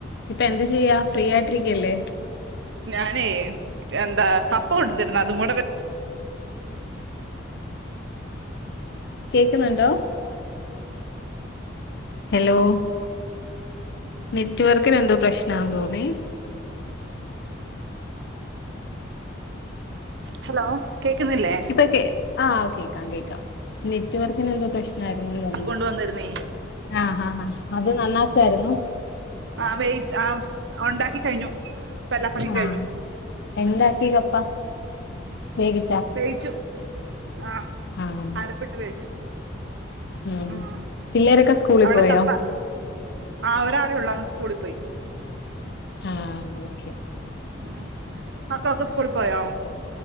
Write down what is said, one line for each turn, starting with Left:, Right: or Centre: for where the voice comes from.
Left: ഇപ്പൊ എന്ത് ചെയ്യാ ഫ്രീ ആയിട്ടിരിക്കല്ലേ
Right: ഞാനേ എന്താ കപ്പ കൊടുതിരുന്നു അതും കൂടെ വെ
Left: കേക്കുന്നുണ്ടോ ഹലോ നെറ്റ് വർക്കിന് എന്തോ പ്രശ്ന തോന്നി
Right: ഹലോ കേക്കുന്നില്ലേ
Left: ഇപ്പൊ കേ ആഹ് കേക്കാം കേക്കാം നെറ്റ്വർക്കിന് എന്തോ പ്രശ് നതുങ്ങും തോന്നി
Right: കൊണ്ടുവന്നിരുന്നേ
Left: ആഹ് ഹ ഹ അത് നന്നാക്കാരുന്നു
Right: ആ വെയ്റ്റ് ആ ഒണ്ടാക്കി കഴിഞ്ഞു എല്ലാ പണിയും
Left: ആഹ്
Right: കഴിഞ്ഞു
Left: എന്താക്കീത പ്പം വേവി
Right: വേവിച്ചു ആഹ്
Left: ആഹ്
Right: അരപ്പിട്ട് വേവിച്ചു
Left: ഉം
Right: ആഹ്
Left: പിള്ളേരൊക്കെ സ്കൂളിൽ
Right: അവിടെ
Left: പോയോ
Right: കപ്പ ആഹ് ഒരാളെ ഒള്ള് അവൻ സ്കൂളി പോയി
Left: ആഹ് അങ്ങ ഒക്ക്യ
Right: ആഹ് മക്ക ഒക്കെ സ്കൂളിൽ പോയോ